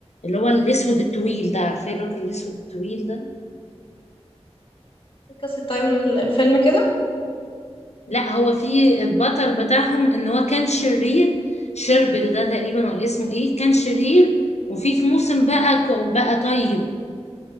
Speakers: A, on the left (about 75°); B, on the left (about 50°).
A: اللي هو الاسود الطويل ده عارفين الراجل الاسود الطويل ده
B: إيه قصة طيب ال- الفيلم كده
A: لا هو في البطل بتاعهم ان هو كان شرير شربل ده تقريبا ولا اسمه ايه كان شرير وفي في موسم بقى بقى طيب